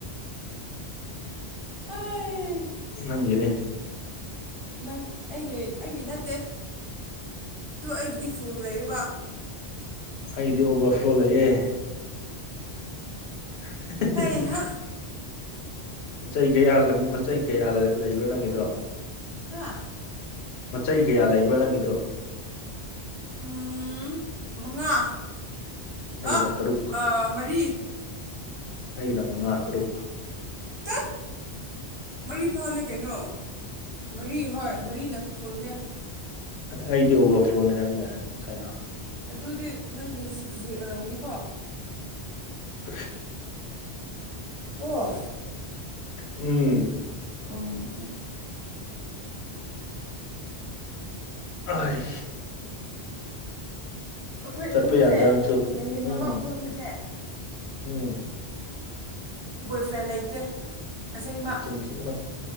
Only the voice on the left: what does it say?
ꯅꯪꯒꯤꯅꯦ
ꯑꯩꯗꯤ ꯑꯣꯕꯔꯐ꯭ꯂꯣ ꯂꯩꯌꯦ INAUDIBLE
ꯃꯆꯩ ꯀꯌꯥ ꯃꯆꯩ ꯀꯌꯥ ꯂꯩꯕ꯭ꯔꯥ ꯅꯪꯒꯤꯗꯣ
ꯃꯆꯩ ꯀꯌꯥ ꯂꯩꯕ꯭ꯔꯣ ꯅꯪꯒꯤꯗꯣ
ꯑꯩꯒꯤꯅ
ꯇꯔꯨꯛ
ꯑꯩꯒꯤꯅ ꯃꯉꯥ ꯇꯔꯨꯛ
ꯑꯩꯗꯤ ꯑꯣꯕꯔꯐ꯭ꯂꯣꯅꯤ ꯍꯥꯏꯕꯅꯦ ꯉꯁꯥꯏꯅ
ꯍ
ꯎꯝ
ꯑꯣꯏ
ꯆꯠꯄ
ꯌꯥꯗ꯭ꯔꯥ ꯅꯪꯁꯨ
ꯎꯝ
ꯎꯝ
ꯃꯆꯤꯟ ꯊꯤꯒꯅꯨ